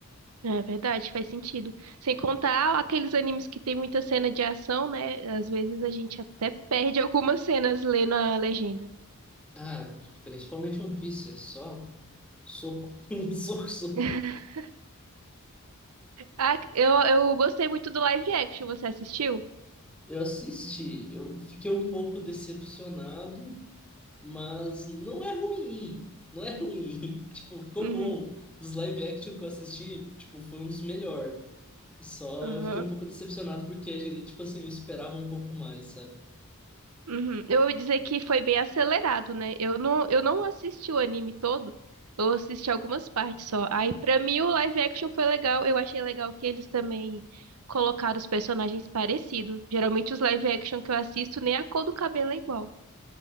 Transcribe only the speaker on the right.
é verdade, faz sentido. Sem contar aqueles animes que tem muita cena de ação, né? Às vezes a gente até perde algumas cenas lendo a legenda.
<laughs> Ah, eu, eu gostei muito do live action, você assistiu?
Uhum.
Aham.
Uhum. Eu ouvi dizer que foi bem acelerado, né? Eu não, eu não assisti o anime todo, eu assisti algumas partes só. Aí, pra mim, o live action foi legal. Eu achei legal que eles também colocaram os personagens parecidos. Geralmente, os live action que eu assisto, nem a cor do cabelo é igual.